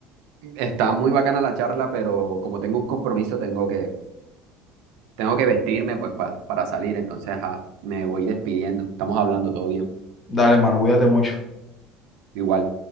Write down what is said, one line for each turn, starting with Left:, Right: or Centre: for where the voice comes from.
Right: está muy bacana la charla, pero como tengo un compromiso, tengo que, Tengo que vestirme pues pa- para salir, entonces ajá, me voy despidiendo. Estamos hablando todo bien.
Left: Dale, hermano, cuídate mucho.
Right: Igual.